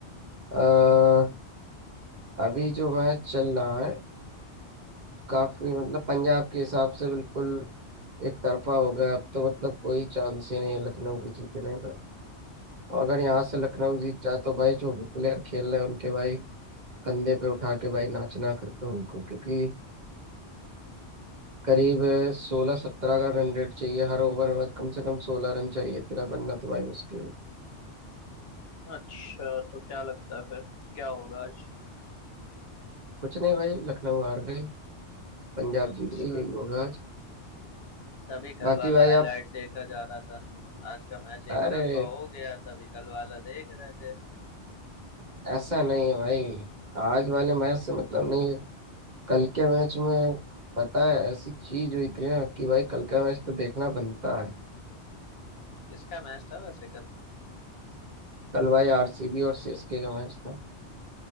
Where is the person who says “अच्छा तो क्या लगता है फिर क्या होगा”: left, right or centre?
Left